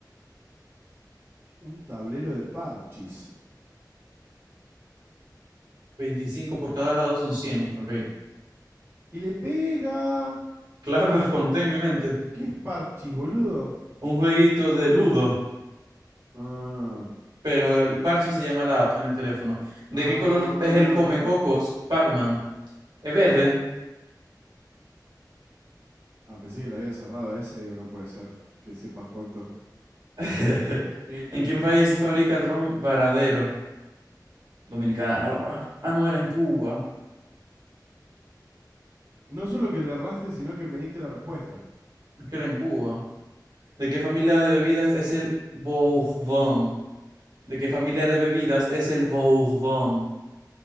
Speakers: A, on the right (about 30°); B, on the right (about 75°).
A: Un tablero de parchis.
B: Veinticinco por cada lado son 100. Ok.
A: ¡Y le pega!
B: Claro, las conté en mi mente.
A: ¿Qué es parchis, boludo?
B: Un jueguito de ludo,
A: Ah,
B: pero el parchis se llama la app en el teléfono. ¿De
A: ah.
B: qué color es el Comecocos Pac-Man? ¿Es verde?
A: Ah, pensé que lo había cerrado a ese, digo, no puede ser. Que sepas cuántos.
B: <laughs>
A: ¿En qué
B: ¿En
A: país?
B: qué país se fabrica el ron Varadero? Dominicana, papá. Ah, no, era en Cuba.
A: No solo que le erraste, sino que me diste la respuesta.
B: Es que era en Cuba. ¿De qué familia de bebidas es el Bourbon? ¿De qué familia de bebidas es el Bourbon?